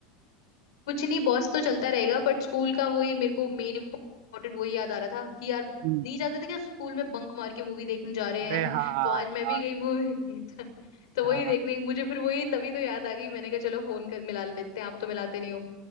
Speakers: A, on the left (about 85°); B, on the right (about 55°).
A: कुछ नहीं बॉस तो चलता रहेगा बट स्कूल का वही मेरे को मेन इम्पोर्टेंट वही याद आ रहा था कि यार
B: हम्म
A: नहीं जाते थे क्या स्कूल में बंक मार के मूवी देखने जा रहे
B: अरे
A: हैं
B: हाँ
A: <laughs> तो आज मैं
B: यार
A: भी गई मूवी <laughs> तो, तो
B: हाँ
A: वही देखने मुझे फिर वही तभी तो याद आ गई मैंने कहा चलो फोन कर मिला लेते हैं आप तो मिलाते नहीं हो